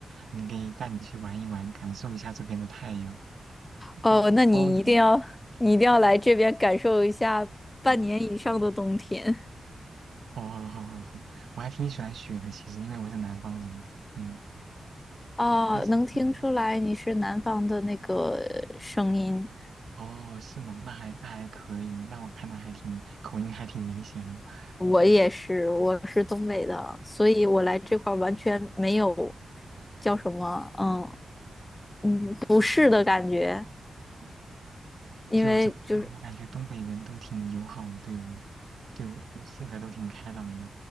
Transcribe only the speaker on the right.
你可以带你去玩一玩，感受一下这边的太阳，
包包你。
嗯，好好好好好，我还挺喜欢雪的，其实因为我是南方人。嗯，
但是嗯，
哦，是吗？那还那还可以，那我看来还挺口音还挺明显的。
嗯，
就怎么说，我感觉东北人都挺友好，对我，对我就性格都挺开朗的。